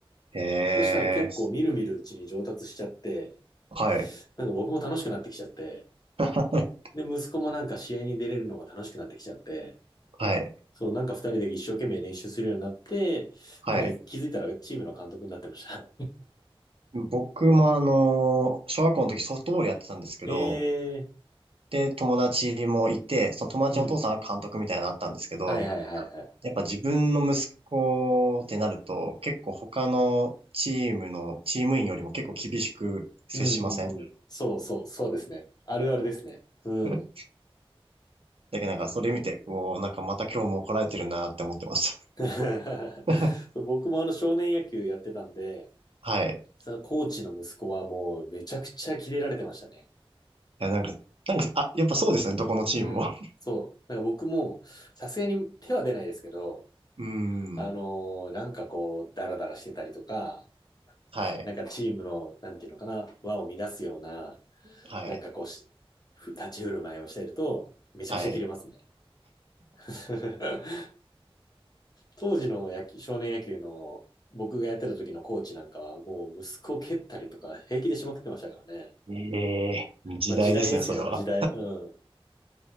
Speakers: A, on the right; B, on the left.
A: ええ。
B: そうしたら結構みるみるうちに上達しちゃって、
A: はい。
B: なんか僕も楽しくなってきちゃって、
A: <laughs>
B: で、息子もなんか試合に出れるのが楽しくなってきちゃって、
A: はい。
B: そう、なんか二人で一生懸命練習するようになって、
A: はい。
B: なんか気づいたらチームの監督になってました。
A: 僕もあの、小学校の時ソフトボールやってたんですけど、
B: <laughs> ええ
A: で、友達もいて、その友達のお父さんが監督みたいになったんですけど、
B: ー、うん。はいはいはいはい。
A: やっぱ自分の息子ってなると、結構他のチームの、チーム員よりも結構厳しく接しません
B: うんうんうん。そうそう、そうですね。あるあるですね。うん。
A: うん <laughs> だけどなんかそれ見て、こう、なんかまた今日も怒られてるなって思ってまし
B: <laughs>
A: た。
B: 僕もあの少年野球やってたんで、
A: <laughs> はい。
B: そのコーチの息子はもうめちゃくちゃキレられてましたね。
A: いや、なんか、なんか、あ、やっぱそうですね、どこのチームも。
B: うん。そう。なんか僕もさすがに手は出ないですけど、
A: <laughs> うー
B: あの
A: ん。
B: ーなんかこう、ダラダラしてたりとか、
A: はい、
B: なんかチームの、なんていうのかな、輪を乱すような、
A: はい、
B: なんかこうし、ふ立ち振る舞いをしていると、めちゃくちゃキレますね。
A: はい。
B: <laughs> 当時の野球少年野球の僕がやってた時のコーチなんかはもう息子を蹴ったりとか平気でしまくってましたからね。
A: ええ時代ですね、
B: まあ時代ですよね、
A: それは。
B: 時代。うん。